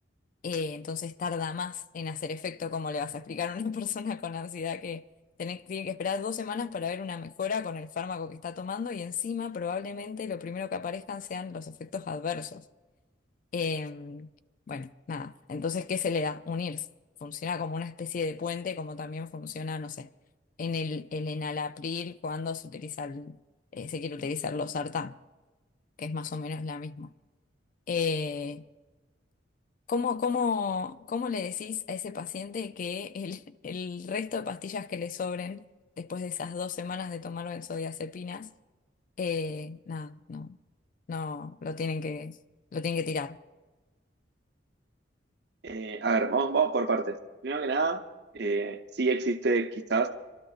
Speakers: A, on the left (about 45°); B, on the right (about 60°).
A: Eh, entonces tarda más en hacer efecto, como le vas a explicar a una <laughs> persona con ansiedad que tenés, tiene que esperar dos semanas para ver una mejora con el fármaco que está tomando y encima probablemente lo primero que aparezcan sean los efectos adversos. Eh, bueno, nada, entonces, ¿qué se le da? Unirse. Funciona como una especie de puente, como también funciona, no sé, en el, el enalapril cuando se utiliza el- eh, se quiere utilizar los sartán, que es más o menos la misma. Eh, ¿Cómo, cómo, cómo le decís a ese paciente que el, el resto de pastillas que le sobren después de esas dos semanas de tomar benzodiazepinas, eh, nada, no, no, lo tienen que, lo tienen que tirar?
B: Eh, a ver, vamos, vamos por partes. Primero que nada, eh, sí existe quizás